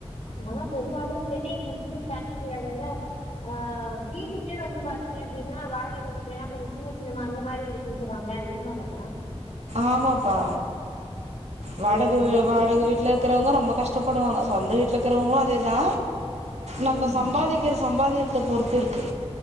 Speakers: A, on the left; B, on the right.
A: ஆனா பொதுவாவே சென்னை வந்துட்டு தண்ணி தெரியாத விட ஆ வீடுமே வந்து பாத்தீங்க அப்டினா வாடக வீடெல்லா கொஞ்சோ சின்ன சின்ன மாரி மாரி இருக் இருக்கறாங்க உண்மததா
B: ஆமாப்பா வாடக
A: ஓ வாடகை
B: வாடக வீட்ல
A: வீடு.
B: இர் இருக்கறவங்க ரொம்ப கஷ்டப்படுவாங்க சொந்த வீட்ல இருக்கிறவங்களு அதேதா நம்ப
A: ம்
B: சம்பாதிக் கிற சம்பாதியத்த பொறுத்து இருக்கு